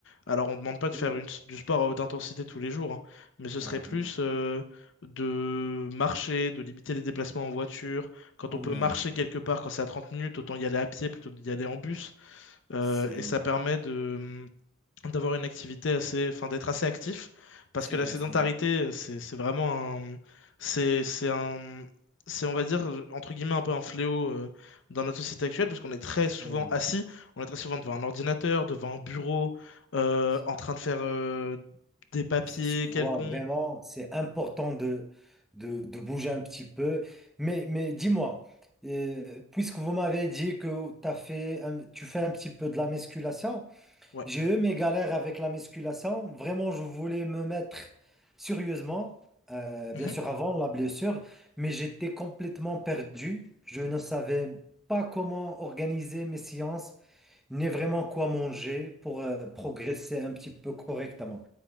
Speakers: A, on the left; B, in the centre.
A: Alors, on ne demande pas
B: Oui.
A: de faire une- du sport à haute intensité tous les jours, hein, mais ce
B: Ah
A: serait plus
B: oui,
A: euh, de marcher, de limiter les déplacements en voiture. Quand
B: quand
A: on peut
B: même,
A: marcher quelque part, quand c'est à 30 minutes, autant y aller à pied plutôt que d'y aller en bus. Euh,
B: c'est
A: et ça permet de, d'avoir une activité assez, enfin d'être assez actif, parce
B: c'est
A: que la
B: vrai.
A: sédentarité,
B: c'est
A: c'est c'est vraiment un, c'est c'est un, c'est on va dire entre guillemets un peu un fléau euh, dans notre société actuelle, parce qu'on est très souvent
B: Oui,
A: assis, on est très souvent devant un ordinateur, devant un bureau, euh,
B: c-
A: en train de faire euh, des papiers
B: ça se voit
A: quelconques.
B: vraiment,
A: ou-
B: c'est important de, de, de bouger un petit peu. Mais, mais dis-moi, euh, puisque vous m'avez dit que t'as fait un- tu fais un petit peu de la musculation,
A: Ouais.
B: j'ai eu mes galères avec la musculation. Vraiment, je voulais me mettre sérieusement, euh,
A: Mhm.
B: bien sûr avant la blessure, mais j'étais complètement perdu. Je ne savais pas comment organiser mes séances. ni vraiment quoi manger pour euh, progresser un petit peu correctement.